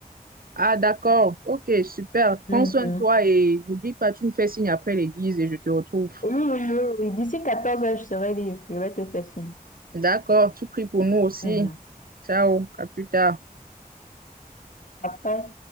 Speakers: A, on the right; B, on the left.
A: Ah, d'accord. Ok, super. Prends
B: Mhm,
A: soin de toi et n'oublie pas, tu me fais signe après l'église et je te retrouve.
B: Oui, oui, oui, oui. D'ici 14 heures, je serai libre. Je vais te faire signe.
A: D'accord, tu pries pour nous aussi.
B: mhm.
A: Ciao, à plus tard.
B: Après. <laughs>